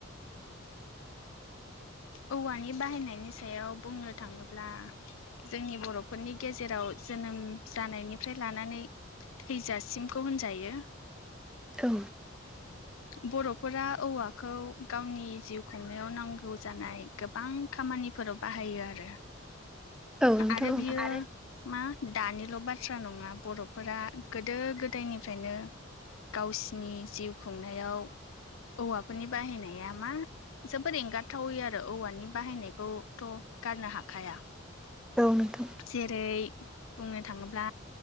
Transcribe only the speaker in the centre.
औ
औ नोंथां
औ
औ नोंथां।